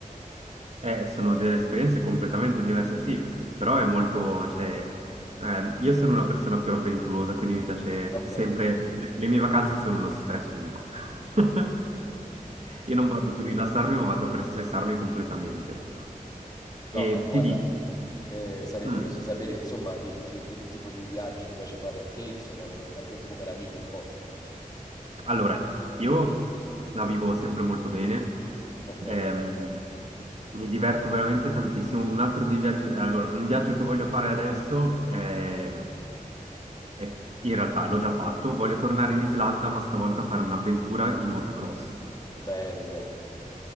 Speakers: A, on the right; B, on the left.
A: Eh, sono delle esperienze completamente diverse, sì, però è molto, cioè, ehm, io sono una persona più avventurosa, quindi mi piace
B: Ok,
A: sempre, le le mie vacanze sono uno stress unico. <laughs> Io non vado per rilassarmi, ma vado per stressarmi completamente.
B: no,
A: E
B: ma io guarda,
A: ti dico,
B: eh, sarei
A: mm,
B: curioso di sapere insomma che, che che tipo di viaggi ti piace fare a te, insomma, come- anche tu come la vivi un po'.
A: Allora, io la vivo sempre molto bene,
B: Ok.
A: ehm, mi diverto veramente tantissimo. Un altro dei viaggi, allora, un viaggio che voglio fare adesso, ehm, è- in realtà l'ho già fatto, voglio tornare in Islanda, ma stavolta fare un'avventura in motocross.
B: Bello.